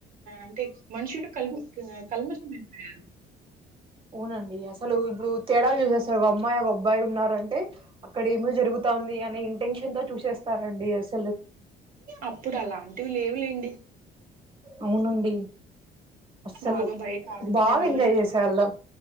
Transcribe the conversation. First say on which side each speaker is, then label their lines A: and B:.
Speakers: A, on the right; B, on the right.
A: అంటే మనుషులు కల్ కల్మష్మంట యారు
B: అవునండి అసలు ఇబుడు తేడాలు చూసే ఒకమ్మాయి ఒగబ్బాయి ఉన్నారంటే అక్కడ ఏమే జరుగుతా ఉంది అనే ఇంటెన్షన్ తో చూసే స్తనండి ఎస్
A: అప్పుడు అలాంటివి లేవులెండి
B: అవునండి అస్సలు
A: బాగా బయట ఆడుకునే
B: బాగెంజాయ్
A: వాళ్ళం.
B: చేసేవాళ్ళం